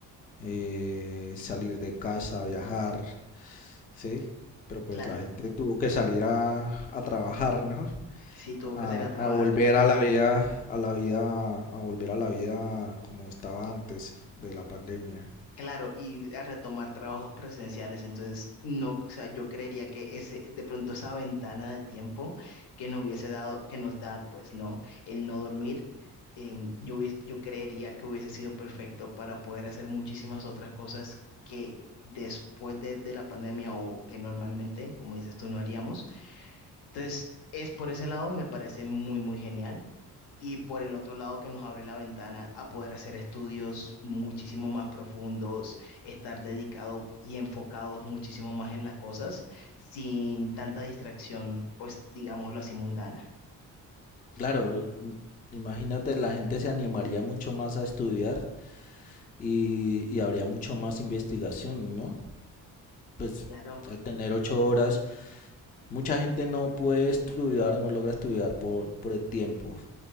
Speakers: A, on the left; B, on the left.
A: eh, salir de casa, viajar, ¿sí? Pero pues
B: Claro,
A: la gente tuvo que salir a, a trabajar, ¿no?
B: sí, tuvo
A: a,
B: que salir a trabajar.
A: a volver a la vida, a la vida, a volver a la vida como estaba antes de la pandemia.
B: Claro, y a retomar trabajos presenciales. Entonces, no, o sea, yo creería que ese, de pronto esa ventana de tiempo que nos hubiese dado, que nos da, pues, ¿no? El no dormir, em, yo, hubies- yo creería que hubiese sido perfecto para poder hacer muchísimas otras cosas que después de, de la pandemia o que normalmente, como dices tú, no haríamos. Entonces, es por ese lado me parece muy, muy genial. Y por el otro lado que nos abre la ventana a poder hacer estudios muchísimo más profundos, estar dedicado y enfocados muchísimo más en las cosas, sin tanta distracción, pues digámoslo así, mundana.
A: Claro, m- imagínate, la gente se animaría mucho más a estudiar y, y habría mucho más investigación, ¿no? Pues
B: Claro.
A: al tener ocho horas, mucha gente no puede estudiar o no logra estudiar por, por el tiempo.